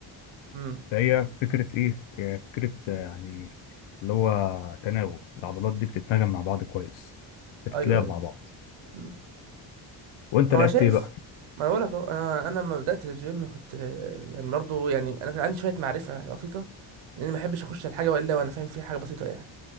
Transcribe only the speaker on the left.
فهي فكرة إيه؟ هي فكرة آه، يعني اللي هو تناوب العضلات دي بتتناغم مع بعض كويس بتتلعب
مع بعض
وأنت
لعبت
إيه بقى؟